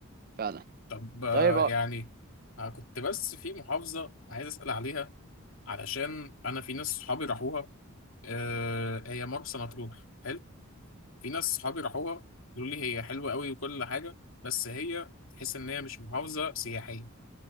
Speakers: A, on the right; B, on the left.
A: فعلا
B: طب آه،
A: طيب
B: يعني
A: أ-
B: آه، كنت بس في محافظة عايز أسأل عليها علشان أنا في ناس صحابي راحوها آه، هي مرسى مطروح حلو في ناس صحابي راحوها قالوا لي هي حلوة قوي وكل حاجة بس هي تحس إن هي مش محافظة سياحية